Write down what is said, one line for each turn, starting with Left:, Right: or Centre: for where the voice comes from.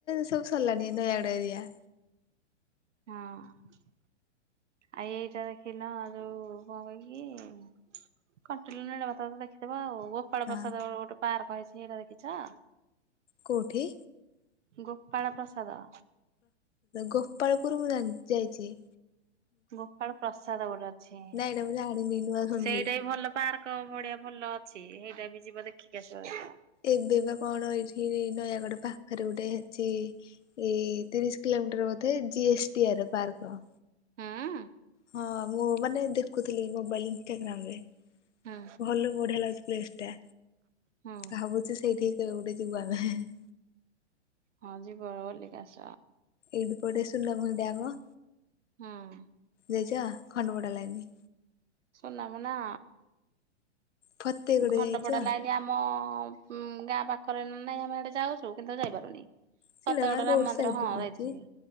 Left: ସବୁ ସରିଲାଣି ଏଇ ନୟାଗଡ ଏରିଆ।
Right: ହଁ ଅଁ ଆ ଏଇଟା ଦେଖିନ ଯୋଉ କଉଟା କି କଣ୍ଟିଲୋ ନୀଳମାଧବ ତ ଦେଖିଥିବ ଆଉ। ଗୋପାଳପ୍ରସାଦରେ
Left: ହଁ
Right: ଗୋଟେ ପାର୍କ ହେଇଛି ହେଇଟା ଦେଖିଛ?
Left: କଉଠି?
Right: ଗୋପାଳ ପ୍ରସାଦ
Left: ଗୋପଳପୁର ମୁଁ ଜାଣି-ଯାଇଛି।
Right: ଗୋପାଳ ପ୍ରସାଦ ଗୋଟେ ଅଛି
Left: ନାଇଁ ଏଇଟା ମୁଁ ଜାଣିନି ନୂଆ ଶୁଣିଲି
Right: ସେଇଟା ବି ଭଲ ପାର୍କ ଭଳିଆ। ଭଲ ଅଛି ହେଇଟା ବି ଯିବ ଦେଖିକି ଆସିବ ଭାରି।
Left: ଏବେ ବା କଣ ଏଇଠି ନୟାଗଡ ପାଖରେ ଗୋଟେ ଅଛି ଏଇ ତିରିଶି କିଲ ମିଟର ବୋଧେ ଜିଏସ୍ଟି୍ ଆର ର ପାର୍କ।
Right: ହୁଁ ଉଁ
Left: ହଁ ମୁଁ ମାନେ ଦେଖୁଥିଲି ମୋବାଇଲ ଇନଷ୍ଟାଗ୍ରାମ ରେ।
Right: ହୁଁ
Left: ଭଲ ବଢିଆ ଲାଗୁଛି ପ୍ଲେସ ଟା
Right: ହୁଁ
Left: ଭାବୁଛି ସେଇଠି ଏଉପଟେ ଯୁିବଆମେ ହେ ହେ ହେ ହେ
Right: ହଁ ଯିବ ର ବୋଲିକି ଆସ।
Left: ଏଇଠି ପଟେ ସୁଲଭ ଡ୍ୟାମ।
Right: ହୁଁ
Left: ଯାଇଛ ଖଣ୍ଡପଡା ଲାଇନି?
Right: ସୁନାାମ ନା
Left: ଫତେଗଡ
Right: ଖଣ୍ଡପଡା
Left: ଯାଇଛ
Right: ଲାଇନି ଆମ ଅଁ ଗାଁ ପାଖ ପାଖରେ ନାଁ ନାଇଁ ଆମେ ହିଆଡେ ଯାଉଛୁ କିନ୍ତୁ ଯାଇପାରୁନି।
Left: ସିଇଟା
Right: ଫତେଗଡ
Left: ପା ରୋଡ
Right: ରାମ ମନ୍ଦିର
Left: ସାଇଡରେ
Right: ହଁ
Left: ପଡୁଚି
Right: ଯାଇଥିଲି